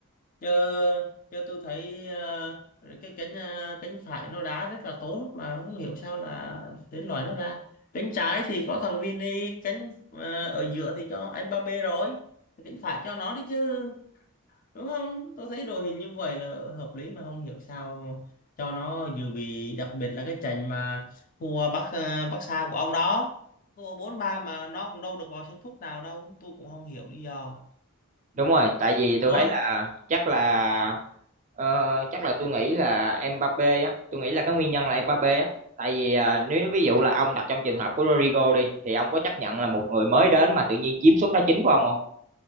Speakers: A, on the left (about 40°); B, on the right (about 35°).
A: Giờ giờ tôi thấy ờ, cái cánh ờ, cánh phải nó đá rất là tốt mà không hiểu sao là đến loại nó ra. Cánh trái thì có thằng Vini, cánh ờ, ở giữa thì cho Mbappe rồi, cánh phải cho nó đi chứ đúng không tôi thấy đội hình như vậy là hợp lý mà không hiểu sao cho nó dự bị đặc biệt là cái trận mà thua Bắc ờ, Bắc Sa của ông đó thua bốn ba mà nó cũng đâu được vào sân phút nào đâu tôi cũng không hiểu lý do
B: Đúng rồi, tại vì tôi
A: Ủa,
B: thấy là chắc là ờ, chắc là tôi nghĩ là Mbappé á, tôi nghĩ là cái nguyên nhân là Mbappé á, tại vì à, nếu ví dụ là ông đặt trong trường hợp của Rodrigo đi thì ông có chấp nhận là một người mới đến mà tự nhiên chiếm suất đá chính của ông không?